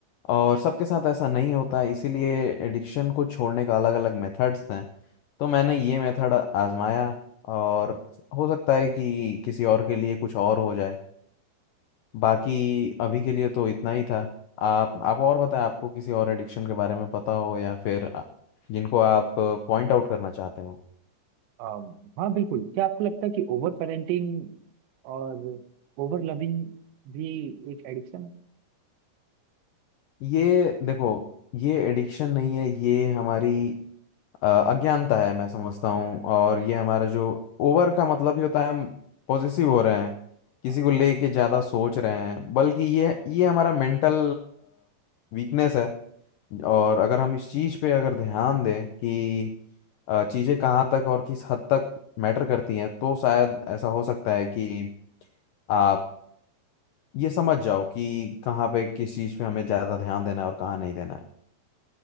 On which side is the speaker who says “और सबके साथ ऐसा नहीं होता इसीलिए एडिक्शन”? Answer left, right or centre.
Left